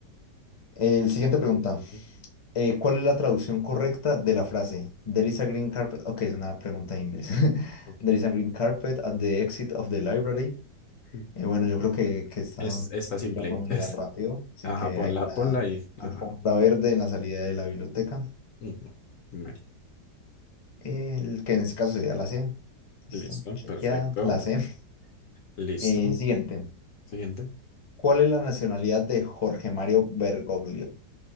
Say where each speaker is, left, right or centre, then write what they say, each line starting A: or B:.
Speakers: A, on the left; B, on the left.
A: El siguiente pregunta,
B: Mm,
A: eh, ¿cuál es la traducción correcta de la frase There is a green carpet? Ok, es una pregunta en inglés. <laughs>
B: Ok.
A: There is a green carpet at the exit of the library.
B: Mm.
A: Eh, bueno, yo creo que, que está,
B: Es, está
A: sí,
B: simple.
A: la podemos
B: <laughs> es-
A: llegar rápido, sí
B: ajá,
A: que
B: ponla,
A: hay una
B: ponla y,
A: alfombra
B: ajá.
A: verde en la salida de la biblioteca.
B: Ujú. Mel,
A: El que en este caso sería la C. Listo,
B: Listo,
A: chequeada,
B: perfecto,
A: la C. <laughs>
B: listo.
A: Eh, siguiente.
B: Siguiente.
A: ¿Cuál es la nacionalidad de Jorge Mario Bergoglio?